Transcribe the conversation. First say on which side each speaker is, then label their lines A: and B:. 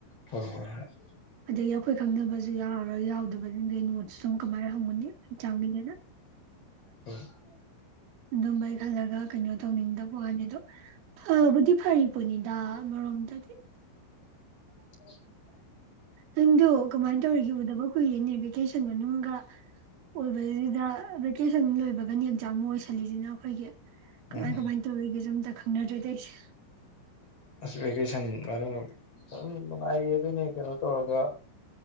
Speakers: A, on the left; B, on the right.
A: ꯍꯣꯏ ꯍꯣꯏ ꯍꯣꯏ
B: ꯑꯗꯩ ꯑꯩꯈꯣꯏ ꯈꯪꯅꯕꯖꯨ ꯌꯥꯎ ꯌꯥꯎꯗꯕꯖꯤꯡꯗ ꯅꯣ꯭ꯠꯁꯇꯨ ꯀꯃꯥꯏꯅ ꯍꯪꯒꯨꯅꯤ ꯑꯦꯛꯆꯥꯝꯒꯤꯅꯦꯅ
A: <unintelligible>
B: ꯑꯗꯨꯝꯕꯩ ꯈꯜꯂꯒ ꯀꯩꯅꯣ ꯇꯧꯅꯤꯡꯗꯕ ꯋꯥꯅꯤꯗ ꯑꯗꯣ ꯐꯕꯨꯗꯤ ꯐꯔꯤꯄꯣꯠꯅꯤꯗ ꯑꯃꯔꯣꯝꯗꯗꯤ
A: <unintelligible>
B: ꯅꯪꯗꯨ ꯀꯃꯥꯏꯅ ꯇꯧꯔꯤꯒꯦ ꯎꯗꯕ ꯀꯨꯏꯔꯦꯅꯦ ꯚꯦꯀꯦꯁꯟ ꯃꯅꯨꯡꯒ ꯑꯣꯏꯕꯩꯗ ꯚꯦꯀꯦꯁꯟ ꯂꯣꯏꯕꯒꯅꯤ ꯑꯗꯨ ꯑꯦꯛꯖꯥꯝ ꯑꯣꯏꯁꯜꯂꯤꯖꯤꯅ ꯑꯩꯈꯣꯏꯒꯤ ꯀꯃꯥꯏ
A: ꯎꯝ
B: ꯀꯃꯥꯏꯅ ꯇꯧꯔꯤꯒꯦꯖꯨ ꯑꯝꯇ ꯈꯪꯅꯗ꯭ꯔꯦꯗ ꯇꯩꯖꯦ
A: ꯑꯁ ꯚꯦꯀꯦꯁꯟ ꯑꯗꯨꯝ ꯑꯗꯨꯝ ꯅꯨꯡꯉꯥꯏꯔꯤ ꯑꯗꯨꯅꯦ ꯀꯩꯅꯣ ꯇꯧꯔꯒ